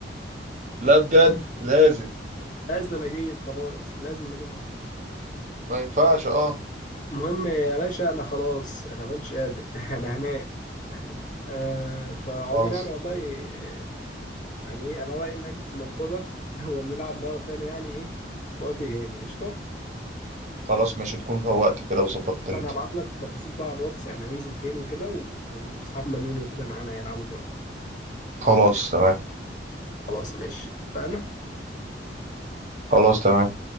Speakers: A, on the right; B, on the left.
A: لا بجد لازم
B: <laughs> لازم انا اجيب خلاص لازم انا اجيب بطيخ
A: ما ينفعش اه
B: المهم يا باشا انا خلاص انا ما كنتش قادر <laughs> انا هنام آه فعموما
A: خلص
B: يعني والله آه، يعني ايه انا رايي ناجل الموضوع ده <laughs> ونلعب مره تانية يعني ايه وقت هاني قشطه
A: خلاص ماشي تكون فوقت كده وظبطت
B: قشطه
A: انت
B: انا هبعت لك التفاصيل بقى على الواتس يعني هننزل فين وكده و- ونجيب صحابنا مين وكده معانا يلعبوا برضه
A: خلاص تمام
B: خلاص ماشي اتفقنا
A: خلاص تمام